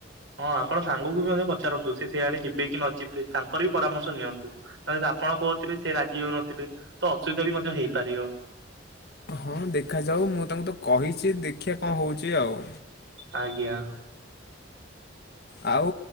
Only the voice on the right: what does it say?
ହଁ ଆପଣ ସାଙ୍ଗକୁ ବି ମଧ୍ୟ ପଚାରନ୍ତୁ ସେ ସିଆଡେ ଯିବେ କି ନ ଯିବେ ତାଙ୍କର ବି ପରାମର୍ଶ ନିଅନ୍ତୁ। ନହେଲେ ଆପଣ କହୁଥିବେ ସେ ରାଜି ହଉନଥିବେ ତ ଅସୁବିଧା ବି ମଧ୍ୟ ହେଇପାରିବ।
ଆଜ୍ଞା।